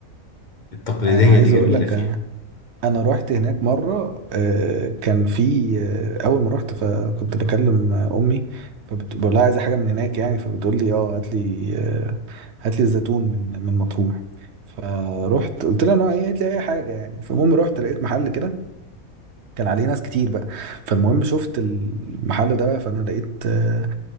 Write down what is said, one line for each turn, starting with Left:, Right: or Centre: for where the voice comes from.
Left: التقليدية
Right: انا عايز
Left: دي جميلة
Right: اقول لك
Left: فيها
Right: انا انا رحت هناك مره آه، كان في آه، اول ما رحت فكنت بكلم آه، امي فبقول لها عايزه حاجه من هناك يعني فبتقول لي اه هات لي آه، هات لي الزيتون من من مطروح فروحت قلت لها نوع ايه قالت لي اي حاجه يعني فالمهم رحت لقيت محل كده كان عليه ناس كتير بقى فالمهم شفت المحل ده بقى فانا لقيت آه،